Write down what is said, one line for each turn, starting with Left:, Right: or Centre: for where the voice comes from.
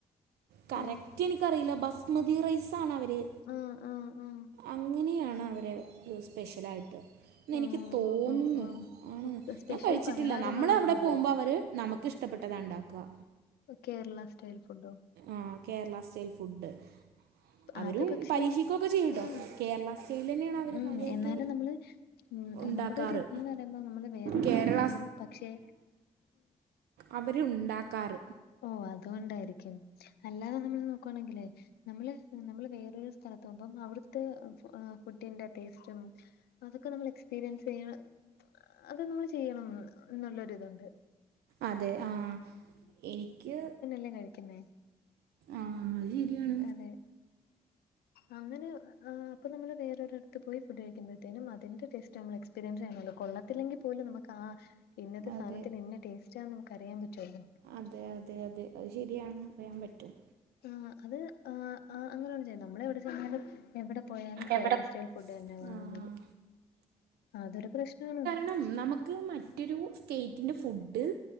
Right: കറക്റ്റ്
Left: ഉം
Right: ഇൻക്കറിയില്ല ബസ്മതി റൈസാണ് അവര്.
Left: ആഹ് ആഹ് ആഹ്
Right: അങ്ങനെയാണ് അവര് ഒരു സ്പെഷ്യലായിട്ട്. എന്ന്
Left: ഓഹ്
Right: എനിക്ക് തോന്നുന്നു
Left: ഓഹ് ഓഹ്.
Right: ആണ്
Left: സ്പെഷ്യൽ
Right: ഞാൻ കഴിച്ചിട്ടില്ല
Left: പലഹാരങ്ങളൊന്നുല്ലേ?
Right: നമ്മള് അവിടെ പോകുമ്പോ അവര് നമക്ക് ഇഷ്ടപ്പെട്ടതാ ഇണ്ടാ ക്ക
Left: ഓ കേരളാ സ്റ്റൈല് ഫുഡോ
Right: ആഹ് കേരളാ സ്റ്റൈല് ഫുഡ്. അവരും
Left: അത് പശെ
Right: പരീക്ഷിക്കുകയൊക്കെ ചെയ്യും കേട്ടോ
Left: ഉം
Right: കേരള സ്റ്റൈൽ തന്നെയാണ് അവർ
Left: ഉം
Right: കാര്യമായിട്ട്
Left: എന്നാലും നമ്മള് ഉം
Right: ഉണ്ടാക്കാറ്
Left: നമ്മടെ ഇരിത് എന്ന് പറയ്മ്പോ നമ്മള് വേറൊ ഒര്
Right: കേരള
Left: നാട്ടി പോമ്പാം പക്ഷേ
Right: അവരു ഉണ്ടാക്കാറ്.
Left: ഓ അത് കൊണ്ടായിരിക്കും അല്ലാതെ നമ്മള് നോക്കാണാങ്കിലെ നമ്മള് നമ്മള് വേറ് ഒര് സ്ഥലത്ത് പോമ്പം അവ്ടാത്തെ ഫു ഫുഡിന്റെ ടേസ്റ്റും. അതൊക്കെ നമ്മള് എക്സ്പീരിയൻസ് ചെയ്യണം അത് നമ്മള് ചെയ്യണം എന്ന് ഒള്ളര് ഇത് ഒണ്ട്.
Right: അതെ ആഹ് എനിക്ക്.
Left: ന്ന് കയിക്ക്ന്നേ.
Right: ആഹ് അത് ശെരിയാണ്.
Left: അതെ അങ്ങന് ആഹ് അപ്പം നമ്മള് വേറെ ഒരടാത്ത് പോയി ഫുഡ് കഴിക്ക്മ്പോഴ്ത്തേനും അതിന്റെ ടെസ്റ്റ് നമ്മള് എക്സ്പീയൻസ് ചെയ്യണാല്ലോ കൊള്ളത്തില്ലെങ്കി പോലും നമ്മാക്ക് ആഹാ ഇങ്ങനത്തെ
Right: അതെ
Left: സാനത്തിന് ഇന്നാ ടേസ്റ്റ് ആന്ന് നമ്മക്ക് അറിയാൻ പറ്റുല്ലോ
Right: അതെ അതെ അതെ അത് ശെരിയാണ് അറിയ്യാൻ പറ്റും.
Left: ആഹ് അത് ആഹ് അങ്ങനേന്നു ചെയ്യണ്ടാ നമ്മള് എവടെ <unintelligible> എവടെ പോയിലും കേരള
Right: എവിടെ
Left: സ്റ്റൈല് ഫുഡ് അന്നെയാ വാങ്ങ്ന്നാത്
Right: ആഹ്
Left: അതൊര് പ്രശ്നാണ്.
Right: ണം നമുക് ക്ക് മറ്റൊരു സ്റ്റേറ്റിൻ്റെ ഫുഡ്